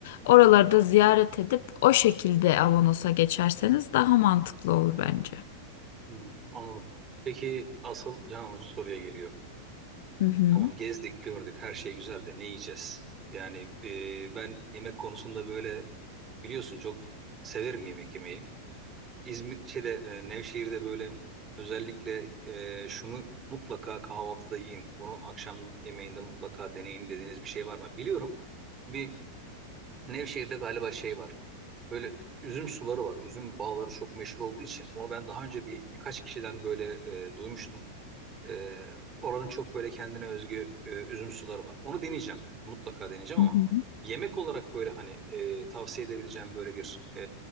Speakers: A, on the left; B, on the right.
A: oralarda ziyaret edip o şekilde Avanos'a geçerseniz daha mantıklı olur bence.
B: Hmm, anladım. Peki asıl can alıcı soruya geliyor.
A: Hı hı.
B: Tamam gezdik gördük her şey güzel de ne yiyeceğiz? Yani e, ben yemek konusunda böyle biliyorsun çok severim yemek yemeyi. İzmir şeyde e, Nevşehir'de böyle özellikle e, şunu mutlaka kahvaltıda yiyin. Bunu akşam yemeğinde mutlaka deneyin dediğiniz bir şey var mı? Biliyorum bir Nevşehir'de galiba şey var. Böyle üzüm suları var. Üzüm bağları çok meşhur olduğu için onu ben daha önce bir birkaç kişiden böyle e, duymuştum. Ee, oranın çok böyle kendine özgü e, üzüm suları var. Onu deneyeceğim. Mutlaka deneyeceğim
A: Hı hı.
B: ama yemek olarak böyle hani e, tavsiye edebileceğim böyle bir e,